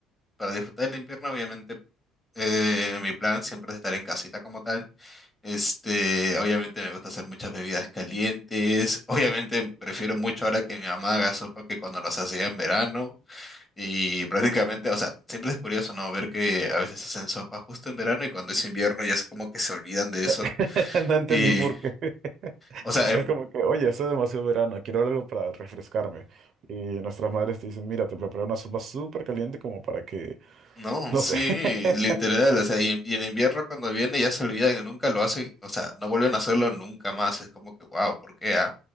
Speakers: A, on the left (about 15°); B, on the right (about 55°).
A: para disfrutar del invierno obviamente Eh, mi plan siempre es estar en casita como tal. Este, obviamente me gusta hacer muchas bebidas calientes. Obviamente prefiero mucho ahora que mi mamá haga sopa que cuando las hacía en verano. Y prácticamente, o sea, siempre es curioso, ¿no? Ver que a veces hacen sopa justo en verano y cuando es invierno ya es como que se olvidan de eso.
B: <laughs> No entendí
A: Y,
B: por qué. <laughs>
A: o sea,
B: Es
A: en-
B: como que, oye, hace demasiado verano, quiero algo para refrescarme. Y nuestras madres te dicen, mira, te preparé una sopa súper caliente como para que,
A: No,
B: no
A: sí,
B: sé. <laughs>
A: literal, o sea, y, en y en invierno cuando viene ya se olvidan y nunca lo hacen, o sea, no vuelven a hacerlo nunca más, es como que, wow, ¿por qué, ah?